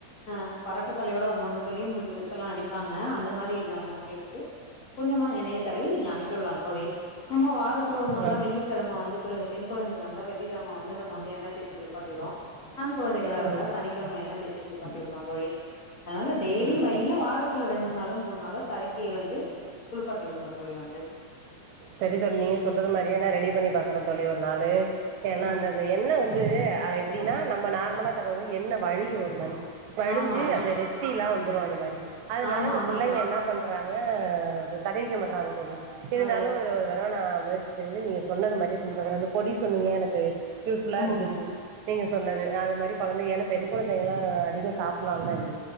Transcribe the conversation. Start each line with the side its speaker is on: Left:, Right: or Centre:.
Left: ஆ பரட்டத்தலயோட வந்தோன்னு சொல்லி ம் மித்தல்லா அடிப் வாங்க அந்த மாரி இல்லாம தோழி வந்து கொஞ்சமா எண்ணய தடவி நீங்க அனுப்பிவில்லா தோழி நம்ம வாரத்துல ஒரு நாள்ல
Right: ஆ
Left: தா வெள்ளிக்கெழம வந்து கு பெண் கொழந்தைகளாருந்தா வெள்ளிக்கெழம வந்து நம்ம வந்து என்ன தேச்சு குளிப்பாட் டிறோ ஆண் குழந்தைகளா இருந்தா
Right: ம்
Left: சனிக்கிழம எண்ண தேச்சு குழுப்பாட்டி விடுனு தோழி அனால டெய்லி
Right: ம்
Left: வைங்க
Right: ம்
Left: வாரத் த்துல ரெண்ட்டு நாளோ மூண் நாளோ தலைக்கு வந்த குளுப்பாட்டி வுடுங்க தோழி வந்து
Right: சரி தோழி நீங்க சொல்றது மாரியே நா ரெடி பண்ணி பாக்குறே தோழி ஒரு நாளு ஏன்னா
Left: ஆ
Right: அந்த இந்த எண்ண வந்த அ எப்டினா நம்ம நார்மலா தடவுவ எண்ண வழியு ஒரு மாரி வழிஞ்சு
Left: ஆமா ஆமா
Right: அந்த நெத்திலா வந்துரு அது மாரி அதனால
Left: ஆமா
Right: இந்த
Left: ஆமா
Right: புள்ளைங்க
Left: தோழி
Right: என்னா பண்றாங்க தடவிக்க மாட்றாங்க தோழி இருந்தாலு
Left: ஆ ஓ
Right: இத ஒரு தரவ நா முயற்சி செஞ்சு நீங்க சொன்னது மாரியே செஞ்சு பாக்ரே இந்த பொடிஸ் சொன்னீங்க எனக்கு யூஸ் ஃபுல்லா
Left: ஆமாங்க
Right: இருந்துச்சு நீங்க சொன்னது அது மாரி கொழந்தகனா பெண் குழந்தைகளா அதிகொ சாப்லால்ல அது